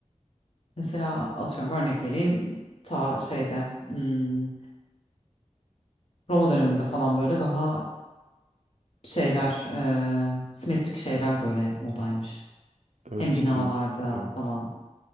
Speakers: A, on the left (about 55°); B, on the right (about 75°).
A: Mesela atıyorum örnek vereyim ta şeyde hmm, Roma döneminde falan böyle daha şeyler e, simetrik şeyler böyle modaymış.
B: Evet
A: Hem
B: işte
A: binalarda
B: evet.
A: falan